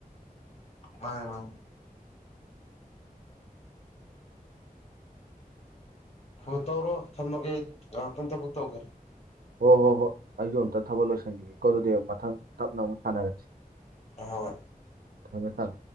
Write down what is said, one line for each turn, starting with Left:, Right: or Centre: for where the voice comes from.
Left: ꯃꯥ ꯃꯥ ꯍꯣꯏ ꯇꯧꯔꯣ ꯊꯝꯃꯒꯦ ꯄꯨꯡ ꯊꯕꯛ ꯇꯧꯒꯦ
Right: ꯍ ꯍꯣ ꯍꯣ ꯑꯩꯁꯨꯣ ꯑꯝꯇ ꯊꯕꯛ ꯂꯣꯏꯁꯤꯟꯈꯤꯒꯦꯀꯣ ꯑꯗꯨꯗꯤ ꯃꯊꯪ ꯇꯞꯅ ꯑꯃꯨꯛ ꯁꯥꯟꯅꯔꯁꯤ
Left: ꯍꯣꯏ
Right: ꯊꯃꯦ ꯊꯝ